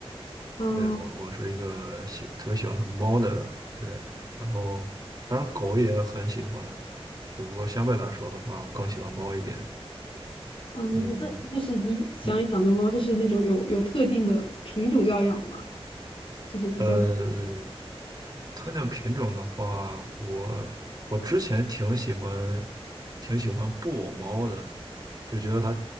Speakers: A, on the left; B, on the right.
A: 啊
B: 对，我我是一个喜特别喜欢猫的人，然后当然狗也很喜欢，只不过相对来说的话，我更喜欢猫一点。
A: 嗯，
B: 嗯，
A: 那就是你想养的猫，
B: 你
A: 就是那种有有特定的品种要养吗？就是比较
B: 呃，特定品种的话，我我之前挺喜欢挺喜欢布偶猫的，就觉得它